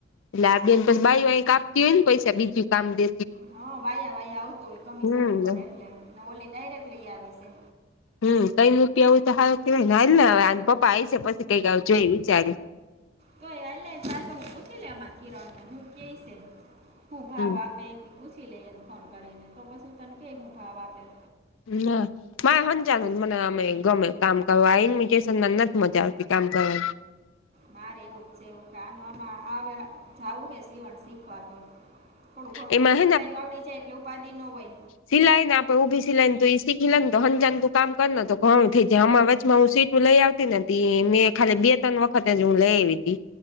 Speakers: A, on the left; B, on the right.
A: એટલે આ બેન પી બાયઓ ક આપતી હોય ને પૈસા બીજ કામ દે
B: હા વાયા વાયા આવતું હોય કમિશન
A: હમ
B: ઉપર એટલે ને ઓલી ડાયરેક્ટ લઈ આવે છે.
A: હમ્મ કઈ નપિયા આવું તો હાર કેવાય હાલ હવે પપ્પા આ છે પછ કઈક આવ જોઈ વિચાર
B: તો એ એલે સું પૂછી લે અમારી કિરણ ને હું કે છે હું ભાવ
A: હમ
B: આપે. પૂછી લઈએને ફોન કરીને તો કશું તને ક હું ભાવ આપેમ
A: ન. હ હંજાન મને અમે ગમે કામ કરવા ઈન્મિટેશનને નથી મજા આવતી કામ કરવાની.
B: મારે એવું જ છે એવું કે આ આમાં આવે જવું છે સવણ શીખવા તો. થોડું ખણું
A: એમાં
B: ખાલી સિલાયું આવડી જાય એટલે ઉપાધિ ન હોય.
A: સિલાય ને આપે ઉઊભી સિલાઈને ત ઈ શીખી લેની ત હનજાન તું કામ કર લે ને ઘણું થઈ જાય હમારા વચમાં હું સીટું લઈ આવ તી નથી મેં ખાલી બે ત્રણ વખતે જ હું લઈ આવી તી.